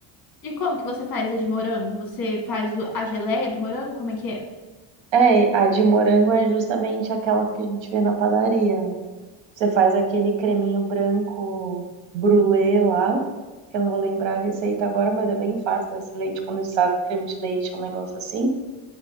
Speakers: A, on the left (about 40°); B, on the right (about 60°).
A: E como que você faz a de morango? Você faz o- a geleia do morango? Como é que é?
B: É, a de morango é justamente aquela que a gente vê na padaria, né? Você faz aquele creminho branco brulê lá, que eu não vou lembrar a receita agora, mas é bem fácil, desse leite condensado, creme de leite, um negócio assim.